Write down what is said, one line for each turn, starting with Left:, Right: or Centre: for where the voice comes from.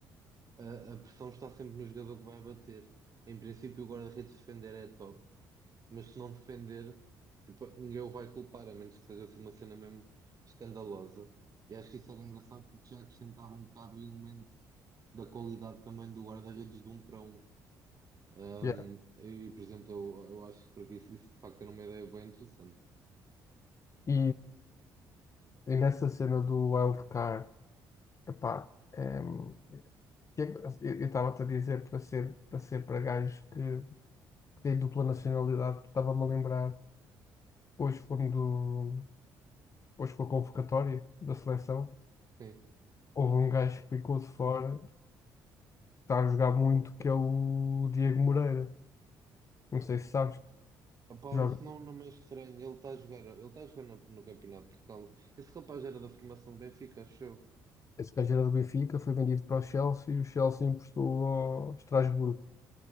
Right: a, a pressão está sempre no jogador que vai bater. Em princípio, o guarda-redes defender é top, mas se não defender, tipo, ninguém o vai culpar, a menos que seja assim uma cena mesmo escandalosa. E acho que isso era engraçado porque já acrescentava um bocado o elemento da qualidade também do guarda-redes de um para um. Um,
Left: Yeah.
Right: e, por exemplo, eu, eu acho que por aqui isso, isso de facto era uma ideia bem interessante.
Left: E, E nessa cena do wildcard, epá, em, que é que- assim, eu estava-te a dizer para ser para ser para gajos que, que têm dupla nacionalidade, estava-me a lembrar hoje quando hoje com a convocatória da seleção,
Right: Sim.
Left: houve um gajo que ficou de fora, que está a jogar muito, que é o Diego Moreira. Não sei se sabes,
Right: Opa,
Left: que joga.
Right: se não, não me é estranho, ele está a jogar, ele está a jogar na- no Campeonato de Portugal. Esse rapaz era da formação do Benfica, acho eu.
Left: Esse gajo era do Benfica, foi vendido para o Chelsea e o Chelsea emprestou ao Estrasburgo.